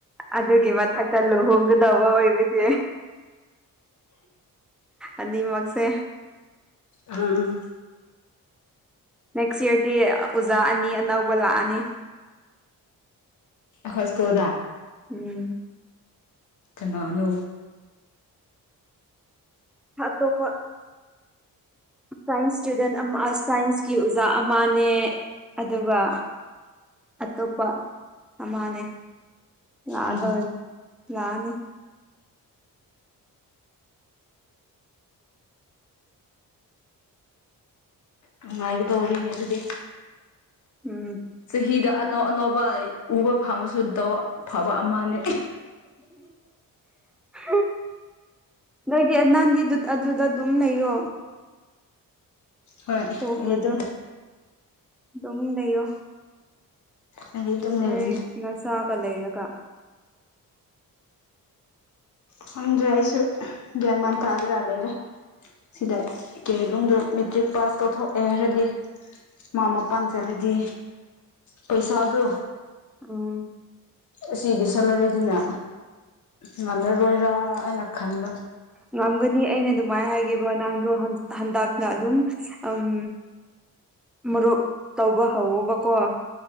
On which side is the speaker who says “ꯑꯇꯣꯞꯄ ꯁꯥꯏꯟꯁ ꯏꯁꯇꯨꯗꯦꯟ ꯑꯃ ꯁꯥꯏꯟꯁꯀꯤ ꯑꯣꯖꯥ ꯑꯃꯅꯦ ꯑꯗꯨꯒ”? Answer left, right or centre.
Centre